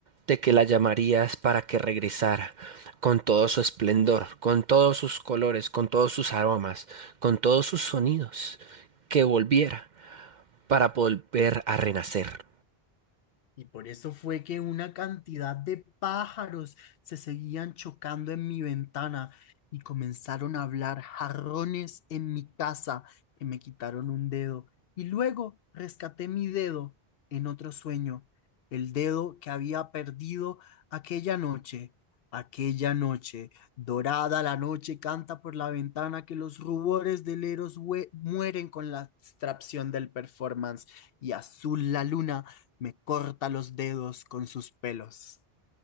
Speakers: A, on the right; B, on the left.
A: de que la llamarías para que regresara, con todo su esplendor, con todos sus colores, con todos sus aromas, con todos sus sonidos, que volviera para volver a renacer.
B: Y por eso fue que una cantidad de pájaros se seguían chocando en mi ventana y comenzaron a hablar jarrones en mi casa que me quitaron un dedo. Y luego rescaté mi dedo en otro sueño, el dedo que había perdido aquella noche. Aquella noche, dorada la noche canta por la ventana que los rubores del Eros hue- mueren con la abstracción del performance y azul la luna me corta los dedos con sus pelos.